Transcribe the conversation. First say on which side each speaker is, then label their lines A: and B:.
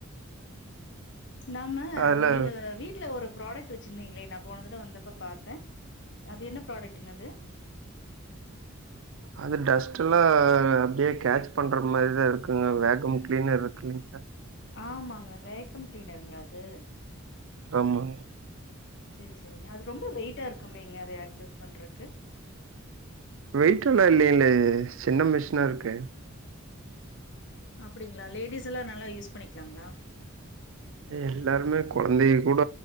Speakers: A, on the left (about 55°); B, on the right (about 65°).
A: நாம
B: அதுல
A: நீங்க வீ ட்ல ஒரு ப்ராடக்ட் வச்சிருந்தீங்ளே நா போன தடவ வந்தப்ப பாத்த அது என்ன ப்ராடக்ட்டுங்க அது
B: அது டஸ்ட்டுல்லா அப்டியே கேட்ச் பண்ற மாரிதா இருக்குங்க வேக்கம் க்ளீனர் இருக்குல்லிங்
A: ஆமாங்க வேக்கம் க்ளீனருங்ளா அது
B: ஆமா
A: செரி செரிங்க அது ரொம்ப வெயிட்டா இருக்குமேங்க அது ஆக்சஸ் பண்றக்கு
B: வெய்ட்டெல்லா இல்லேலயே சின்ன மிஷினா இருக்கு
A: அப்டிங்ளா லேடிஸெல்லா நல்லா யூஸ் பண்ணிக்லாங்ளா
B: எல்லாருமே கொழந்தைக கூட